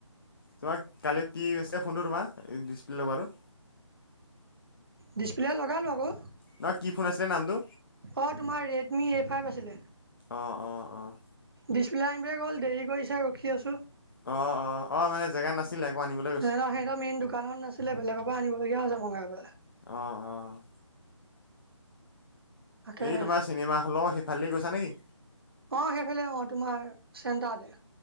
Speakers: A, on the left; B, on the right.
A: তোমাক কালি কি কৈছিলে, ফোনটো তোমাৰ ডিছপ্লে' লগোৱাটো।
B: ডিছপ্লে লগালোঁ আকৌ।
A: নহয় কি ফোন আছিলে নামটো
B: অ', তোমাৰ ৰেডমি এ ফাইভ আছিলে।
A: অ', অ', অ'।
B: ডিছপ্লে আনিবলৈ গ'ল, দেৰি কৰিছে, ৰখি আছোঁ।
A: অ', অ', অ' মানে জেগা নাছিলে। আকৌ আনিবলৈ গৈছে
B: নাই নহ সিহঁতৰ মেইন দোকানখন নাছিলে, বেলেগৰ পৰা আনিবলগীয়া আছে মগাই পেলাই।
A: অ', অ'।
B: তাকেহে।
A: এই তোমাৰ চিনেমাহলৰ সেইফালদি গৈছা নেকি?
B: অ' সেইফালে, অ' তোমাৰ চেণ্টাৰতে।